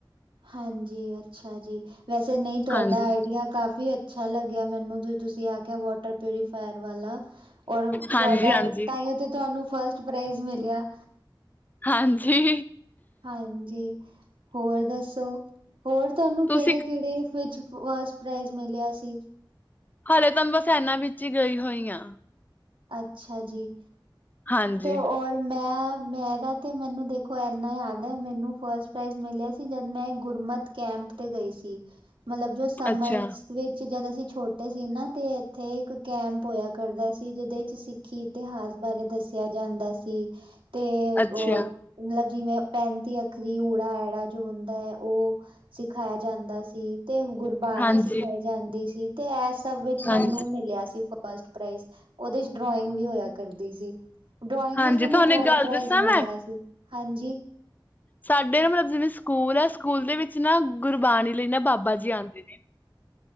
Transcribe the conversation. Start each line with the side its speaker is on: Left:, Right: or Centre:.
Right: ਹਾਂਜੀ, ਅੱਛਾ ਜੀ। ਵੈਸੇ ਨਹੈ ਤੁਆਡਾ
Left: ਹਾਂਜੀ
Right: ਆਈਡੀਆ ਕਾਫੀ ਅੱਛਾ ਲੱਗੇਆ ਮੈਨੂੰ। ਤੁ ਤੁਸੀ ਆਖੇਆ ਵੋਟਰ ਪਿਊਰੀਫਾਇਰ ਵਾਲਾ। ਔਰ
Left: ਹਾਂਜੀ
Right: ਤੁਆਡਾ
Left: ਹਾਂਜੀ
Right: ਤਾਈਓ ਤੇ ਤੁਆਨੂੰ ਫਸਟ ਪ੍ਰਾਈਜ਼ ਮਿਲਿਆ।
Left: ਹਾਂਜੀ।
Right: ਹਾਂਜੀ, ਹੋਰ ਦੱਸੋ। ਹੋਰ ਤੁਆਨੂੰ
Left: ਤੁਸੀਂ
Right: ਕੇੜੇ ਕੇੜੇ ਵਿਚ ਫਸਟ ਪ੍ਰਾਈਜ਼ ਮਿਲਿਆ ਸੀ।
Left: ਹਾਲੇ ਤਾਂ ਮੈ ਬਸ ਐਨਾ ਵਿੱਚ ਈ ਗਈ ਹੋਈ ਆਂ।
Right: ਅੱਛਾ ਜੀ।
Left: ਹਾਂਜੀ
Right: ਤੋ ਔਰ ਮੈਂ ਮੈਂ ਦਾ ਤੇ ਮੈਨੂੰ ਦੇਖੋ ਏਨਾ ਯਾਦ ਐ, ਮੈਨੂੰ ਫਸਟ ਪ੍ਰਾਈਜ਼ ਮਿਲਿਆ ਸੀ ਜਦ ਮੈਂ ਗੁਰਮਤਿ ਕੈਂਪ ਤੇ ਗਈ ਸੀ। ਮਲਬ ਜਸ ਸਮਰਸ
Left: ਅੱਛਾ
Right: ਵਿੱਚ ਜਦ ਅਸੀ ਛੋਟੇ ਸੀ ਨਾ ਤੇ ਏਥੇ ਇੱਕ ਕੈਂਪ ਹੋਏਆ ਕਰਦਾ ਸੀ। ਇਦੇ ਚ ਸਿੱਖੀ ਇਤਿਹਾਸ ਬਾਰੇ ਦੱਸੇਆ ਜਾਂਦਾ ਸੀ ਤੇ
Left: ਅੱਛਾ
Right: ਓਰ ਮਲਬ ਜਿਵੇਂ ਪੈਂਤੀ ਅੱਖਰੀ ਊੜਾ ਐੜਾ ਜੋ ਹੁੰਦਾ ਐ ਓ ਸਿਖਾਏਆ ਜਾਂਦਾ ਸੀ। ਤੇ ਗੁਰ ਬਾਣੀ
Left: ਹਾਂਜੀ
Right: ਸਿਖਾਈ ਜਾਂਦੀ ਸੀ। ਤੇ ਐ ਸਭ ਵਿੱਚ
Left: ਹਾਂਜੀ
Right: ਮੈਨੂੰ ਮਿਲੇਆ ਸੀ ਫਸਟ ਪ੍ਰਾਈਜ਼। ਓਦੇ ਚ ਡ੍ਰੋਇੰਗ ਵੀ ਹੋਏਆ ਕਰਦੀ ਸੀ। ਡ੍ਰੋਇੰਗ
Left: ਹਾਂਜੀ
Right: ਵਿਚ ਮੈਨੂੰ
Left: ਤੁਹਾਨੂੰ
Right: ਥਰਡ
Left: ਇੱਕ ਗੱਲ
Right: ਪ੍ਰਾਈਜ਼
Left: ਦੱਸਾਂ ਮੈਂ
Right: ਮਿਲੇਆ ਸੀ। ਹਾਂਜੀ।
Left: ਸਾਡੇ ਨਾ ਮਲਬ ਜਿਵੇਂ ਸਕੂਲ ਆ ਸਕੂਲ ਦੇ ਵਿੱਚ ਨਾ ਗੁਰਬਾਣੀ ਲਈ ਨਾ ਬਾਬਾ ਜੀ ਆਂਦੇ ਨੇ।